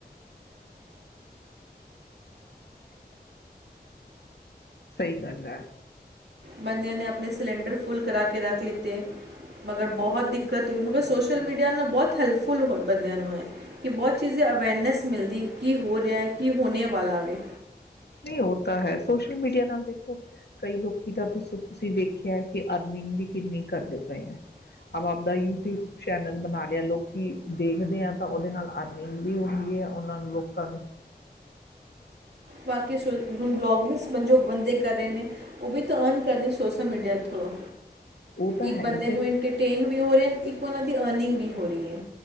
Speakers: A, on the left (about 80°); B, on the right (about 90°).
A: ਸਹੀ ਗੱਲ ਐ
B: ਬੰਦਿਆਂ ਨੇ ਆਪਨੇ ਸਿਲੈੰਡਰ ਫੁੱਲ ਕਰਾ ਕੇ ਰੱਖ ਲਿਤੇ ਅਗਰ ਬਹੁਤ ਦਿੱਕਤ ਹੋਈ, ਮਗਰ ਸੋਸ਼ਲ ਮੀਡੀਆ ਨਾਲ ਬਹੁਤ ਹੈਲਪਫੁੱਲ ਹੋ ਬੰਦਿਆਂ ਨੂੰ ਹੈ ਕਿ ਬਹੁਤ ਚੀਜ਼ੇ ਅਵੇਅਰਨੈਸ ਮਿਲਦੀ ਕੀ ਹੋ ਰਿਹਾ ਹੈ, ਕੀ ਹੋਣੇ ਵਾਲਾ ਵੀ।
A: ਨਹੀਂ ਉਹ ਤਾਂ ਹੈ, ਸੋਸ਼ਲ ਮੀਡੀਆ ਨਾਲ ਦੇਖੋ ਕਈ ਲੋਕੀ ਤਾਂ ਤੁਸੀਂ ਵੇਖਿਆ ਕਿ ਅਰਨਿੰਗ ਵੀ ਕਿੰਨੀ ਕਰਦੇ ਪਏ ਆ। ਆਪ ਆਪਦਾ ਯੂਟਿਊਬ ਚੈਨਲ ਬਣਾ ਲਿਆ ਲੋਕੀ ਦੇਖਦੇ ਆ ਤਾਂ ਉਹਦੇ ਨਾਲ ਅਰਨਿੰਗ ਵੀ ਹੁੰਦੀ ਹੈ, ਉਹਨਾਂ ਨੂੰ ਲੋਕਾਂ ਨੂੰ
B: ਬਾਕੀ ਸ਼ੋਂ ਹੁਣ ਵਲੋਗ ਭੀ ਉਸ ਵਜੋ ਬੰਦੇ ਕਰ ਰਹੇ ਨੇ, ਉਹ ਵੀ ਤਾਂ ਅਰਨ ਕਰਨੀ ਸੋਸ਼ਲ ਮੀਡੀਆ ਥਰੂ।
A: ਉਹ ਤਾਂ
B: ਇੱਕ
A: ਹੈ
B: ਬੰਦੇ
A: ਹੀ ਫਿਰ
B: ਨੂੰ ਇੰਟਰਟੇਨ ਵੀ ਹੋ ਰਹੇ ਹਨ ਇੱਕ ਔਨਾਂ ਦੀ ਅਰਨਿੰਗ ਵੀ ਹੋ ਰਹੀ ਏ।